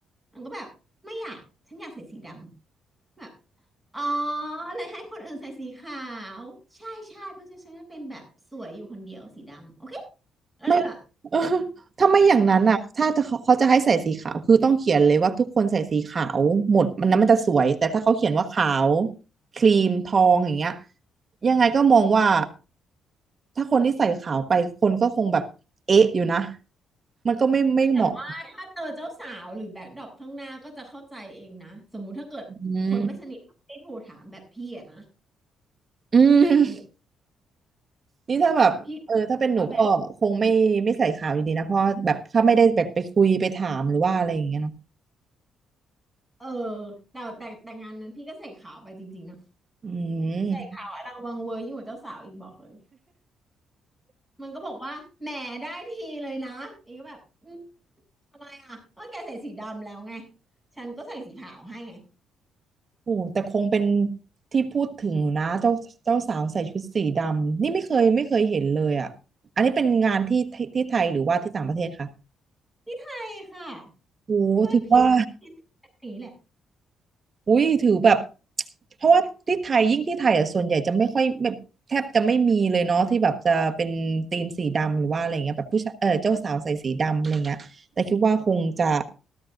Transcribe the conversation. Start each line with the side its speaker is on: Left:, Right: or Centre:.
Centre: มันก็แบบไม่อยากฉันอยากใส่สีดำแบบอ๋อเลยให้คนอื่นใส่สีขาวใช่ใช่เพราะฉันจะเป็นแบบสวยอยู่คนเดียวสีดำโอเคก็เลยแบบ
Right: ไม่ <laughs> เออถ้าไม่อย่างนั้นอ่ะถ้าจะเขาเขาจะให้ใส่สีขาวคือต้องเขียนเลยว่าทุกคนใส่สีขาวหมดมันนั้นมันจะสวยแต่ถ้าเขาเขียนว่าขาวครีมทองอย่างเงี้ยยังไงก็มองว่าถ้าคนที่ใส่ขาวไปคนก็คงแบบเอ๊ะอยู่นะมันก็ไม่ไม่เหมาะ
Centre: แต่ว่าถ้าเจอเจ้าสาวหรือแบ็คดรอปข้างหน้าก็จะเข้าใจเองนะสมมุติถ้าเกิดคนไม่สนิทเราไม่ได้โทรถามแบบพี่อะนะ
Right: อืมอืม
Centre: หนึ่ง
Right: นี่ถ้าแบบเออถ้าเป็นหนูก็คงไม่ไม่ใส่ขาวอยู่ดีนะเพราะแบบถ้าไม่ได้แบบไปคุยไปถามหรือว่าอะไรอย่างเงี้ยเนาะ
Centre: พี่ว่าแบบ เออแต่แต่แต่งานนั้นพี่ก็ใส่ขาวไปจริงๆนะ
Right: อืม
Centre: ใส่ขาวอลังวังเวอร์ยิ่งกว่าเจ้าสาวอีกบอกเลยมันก็บอกว่าแหมได้ทีเลยนะอีกก็แบบอืมทำไมอ่ะก็แกใส่สีดำแล้วไงฉันก็ใส่สีขาวให้ไง
Right: โอ้แต่คงเป็นที่พูดถึงอยู่นะเจ้าเจ้าสาวใส่ชุดสีดำนี่ไม่เคยไม่เคยเห็นเลยอ่ะอันนี้เป็นงานที่ที่ที่ไทยหรือว่าที่ต่างประเทศคะ
Centre: ที่ไทยค่ะ
Right: โอ้ถือว่า
Centre: เพื่อนพี่มันคิดแบบนี้แหละ
Right: อุ้ยถือแบบ <tsk> เพราะว่าที่ไทยยิ่งที่ไทยอ่ะส่วนใหญ่จะไม่ค่อยแบบแทบจะไม่มีเลยเนาะที่แบบจะเป็นธีมสีดำหรือว่าอะไรเงี้ยแบบผู้ชายเออเจ้าสาวใส่สีดำอะไรเงี้ยแต่คิดว่าคงจะ